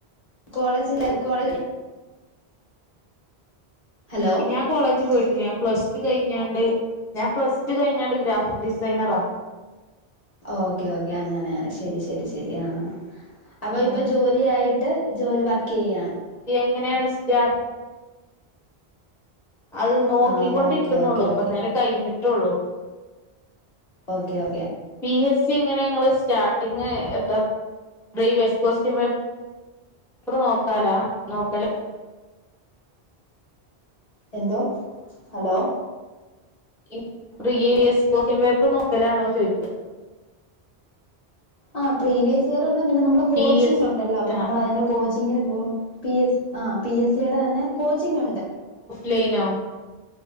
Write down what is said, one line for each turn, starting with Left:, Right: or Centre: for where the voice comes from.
Left: കോളേജ് കോളേജ ഹലോ
Centre: ഞാൻ കോളേജ് പോയിട്ട് ഞാൻ പ്ലസ് ടു കഴിഞ്ഞാണ്ട് ഞാൻ പ്ലസ് ടു കഴിഞ്ഞാണ്ട് ഗ്രാഫിക് ഡിസൈനറാ
Left: ഓക്കെ ഓക്കെ അങ്ങനെയെ ശരി ശരി ശരി ശരിയാ അപ്പൊ
Centre: ആ
Left: ഇപ്പൊ ജോലിയായിട്ട് ജോലി വർക്ക് ചെയ്യാണ്
Centre: ങ്ങനെയാണ് സ്റ്റാർ അത് നോക്കിക്കൊണ്ടിരിക്കുന്നുള്ളൂ
Left: ആഹ് ഓക്കെ ഓക്കെ
Centre: ഇപ്പ
Left: ഓക്കെ
Centre: നേരം കഴിഞ്ഞി ട്ടുള്ളൂ.
Left: ഓക്കെയാ
Centre: പി എസ് സി ഇങ്ങനെ ഞങ്ങള് സ്റ്റാർട്ടി- ഇങ്ങനെ എന്താ പ്രീ വെസ് കോസ്റ്റ്യ പേപ്പറു നോക്കാലോ ആ നോക്കാലോ
Left: എന്തോ ഹലോ
Centre: ഈ പ്രീവിസ് കൊസ്റ്റിയൻ പേപ്പർ നോക്കലാണോ ചോദിച്ചത്
Left: ആ പ്രീവിയസ് തിയറി ഉണ്ട് നമ്മള് കോച്ചിംങ്‌
Centre: പി എസ് സി
Left: ഉണ്ടല്ലോ അപ്പ
Centre: ആഹ്
Left: നമ്മള്
Centre: ആഹ്
Left: അതിന്റെ കോച്ചിങ്ങിന് പോകും പി എസ്- ആ പി എസ് യെടെ തന്നെ കോച്ചിങ് ഉണ്ട്
Centre: ലൈനോ